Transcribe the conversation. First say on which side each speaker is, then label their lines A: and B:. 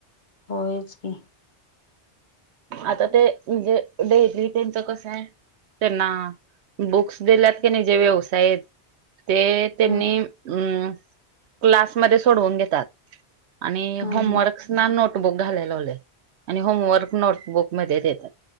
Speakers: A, on the left (about 45°); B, on the right (about 80°).
A: होयच की
B: आता ते जे डेली त्यांच कसंय त्यांना बुक्स दिल्यात की नाही जे व्यवसाय ते त्यांनी
A: हम्म
B: अ क्लासमध्ये सोडवून घेतात आणि
A: हम्म
B: होमवर्क्स
A: हम्म
B: ना नोटबुक घालेलावले आणि होमवर्क नोटबुकमध्येध्ये देतात